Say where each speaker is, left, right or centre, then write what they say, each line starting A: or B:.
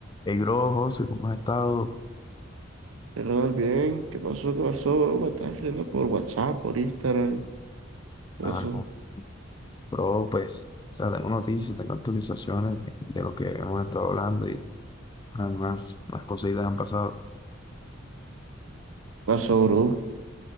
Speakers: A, on the left; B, on the right.
A: Hey, bro, José, ¿cómo has estado?
B: Ronald, bien, ¿qué pasó? ¿Qué pasó, bro? Me estás escribiendo por WhatsApp, por Instagram. ¿Qué
A: Ah,
B: pasó?
A: no,
B: ¿Qué
A: bro, pues, o sea, tengo noticias, tengo actualizaciones de, de lo que hemos estado hablando y ah, unas, unas cositas han pasado.
B: pasó, bro?